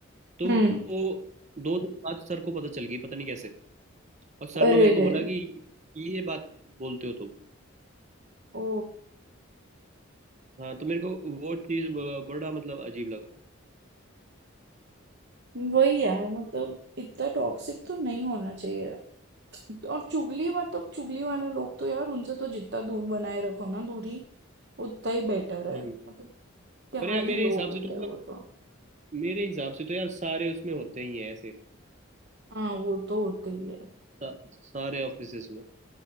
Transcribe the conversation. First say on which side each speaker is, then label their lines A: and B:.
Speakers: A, on the right; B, on the right.
A: तो
B: हम्म
A: वो दो दिन बाद सर को पता चल गई पता नहीं कैसे और सर
B: अरे
A: ने मेरे को
B: रे
A: बोला कि ये बात बोलते हो तुम
B: ओ
A: हाँ तो मेरे को वो चीज बड़ा मतलब अजीब लगा
B: वही है मतलब इतना टॉक्सिक तो नहीं होना चाहिए और चुगली मतलब चुगली वाले लोग तो यार उनसे तो जितना दूर बनाए रखो ना दूरी उतना ही बेटर है
A: हम्म
B: मतलब क्या
A: पर यार
B: ही
A: मेरे हिसाब
B: लोग होता
A: से तो
B: है
A: मतलब
B: वो तो
A: मेरे हिसाब से तो यार सारे उसमें होते ही हैं ऐसे
B: हाँ वो तो होते ही है
A: सा, सारे ऑफिसेज में